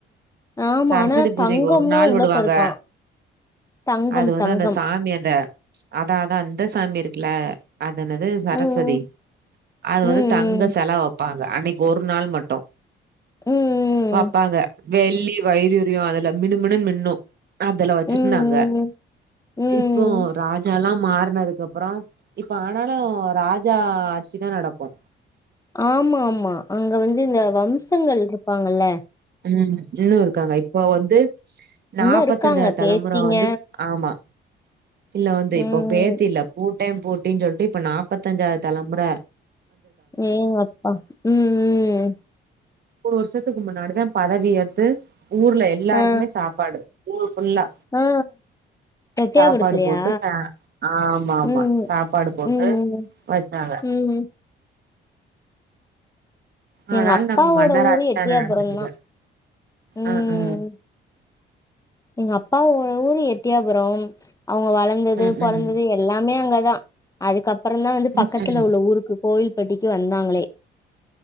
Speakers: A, on the left; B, on the right.
A: ஆமா
B: சரஸ்வதி
A: ஆனா
B: பூஜைக்கு
A: தங்கம்னா
B: ஒரு நாள்
A: உள்ளக்க
B: விடுவாங்க
A: இருக்கா தங்கம்
B: அது வந்து
A: தங்கம்
B: அந்த சாமி அந்த அதா அதா இந்த சாமி இருக்குல அதென்னது சரஸ்வதி
A: ம்
B: அது வந்து
A: ம்
B: தங்க செல வப்பா ல அன்னைக்கொரு நாள் மட்டு
A: ம்
B: வப்பாங்க வெள்ளி வைடூரியொ அதுல மினு மினுன் மின்னு அதுல வச்சுர்ந்தாங்க
A: ம் ம் ம் ம்
B: இப்பொ ராஜால்லாம் மாறுனதுக்கப்புறோ இப்ப ஆனாலு ராஜா ஆட்சி தா நடக்கு
A: ஆமாமா அங்க வந் இந்த வம்சங்கள்ருப்பாங்கல்ல
B: உம் இன்னு இருக்காங்க இப்பொ வந்து நாப்பத்தஞ்சாது
A: இன்னு இருக்காங்க பேத்திங்க
B: தலமுற வந்து ஆமா இல்ல வந்து
A: ம்
B: இப்பொ பேத்தில்ல பூ பூட்டே பூட்டின் சொல்ட்டு இப்ப நாப்பத்தஞ்சாது தலமுற
A: ம் அப்பா உம் உம்
B: மூணு வருஷத்துக் முன்னாடிதா பதவியேத்து ஊர்ல எல்லாருக்குமே
A: ஆ
B: சாப்பாடு <unintelligible> ஃபுல்லா
A: ஆ எட்டயாபுரத்துலயா
B: சாப்பாடு போட்டு ச ஆமா ஆமா
A: ம்
B: சாப்பாடு போட்டு
A: ம்
B: வச்சாங்க
A: ம் ம்
B: ஆனாலு
A: எங்க அப்பாவோட
B: நம்ம மன்னர்
A: ஊரு
B: ஆட்சிதான
A: எட்டியாபுரம்
B: நடந்துட்டு இருக்கு
A: தான் உம்
B: ஆ ஆ
A: எங்க அப்பா ஊரு எட்டியாபுரம் அவுங்க வளந்தது
B: ம் ம்
A: பொறந்தது எல்லாம் மே அங்கதான் அதுக்கப்புறம் அப்புறம் தான் வந்து
B: ம் ம்
A: பக்கத்து உள்ள ஊருக்கு கோயில்பட்டிக்கு வந்தாங்களே